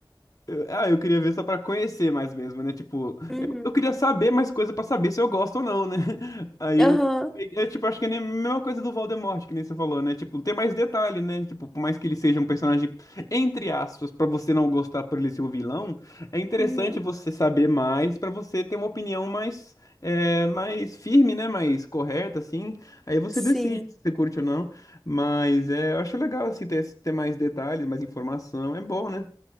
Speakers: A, on the left; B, in the centre.
A: Ah, eu queria ver só pra conhecer mais mesmo, né? Tipo,
B: Uhum.
A: eu, eu queria saber mais coisa pra saber se eu gosto ou não, né? <laughs> Aí
B: Aham.
A: eu, eu tipo, acho que é nem a mesma coisa do Voldemort, que nem você falou, né? Tipo, ter mais detalhe, né? Tipo, por mais que ele seja um personagem, entre aspas, pra você não gostar por ele ser o vilão, é interessante
B: Uhum.
A: você saber mais pra você ter uma opinião mais, é, mais firme, né? Mais correta, assim. Aí você
B: Sim.
A: decide se você curte ou não. Mas é, eu acho legal assim ter, ter mais detalhes, mais informação. É bom, né?